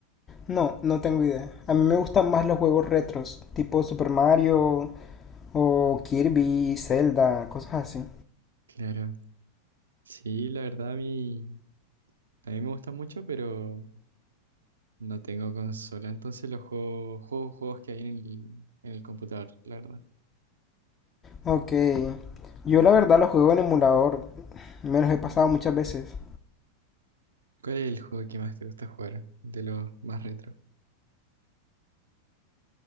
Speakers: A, on the left; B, on the right.
A: No, no tengo idea. A mí me gustan más los juegos retros, tipo Super Mario o Kirby, Zelda, cosas así.
B: claro. Sí, la verdad a mí también me gusta mucho, pero no tengo consola, entonces los juego, juego juegos que hay en el, en el computador, la verdad.
A: Ok, yo la verdad los juego en emulador, me los he pasado muchas veces.
B: ¿Cuál es el juego que más te gusta jugar? De los más retro.